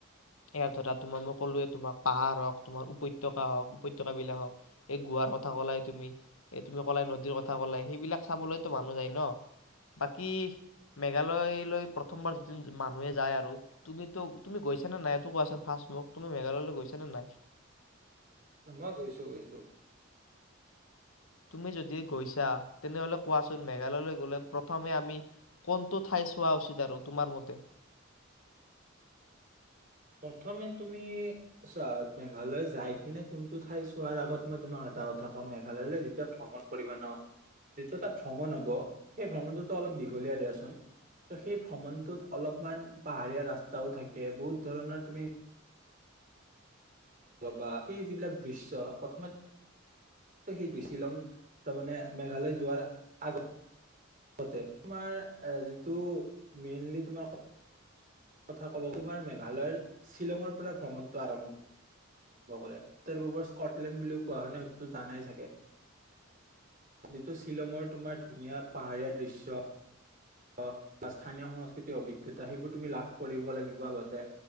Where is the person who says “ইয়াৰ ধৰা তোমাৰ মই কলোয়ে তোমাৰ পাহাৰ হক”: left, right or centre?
Left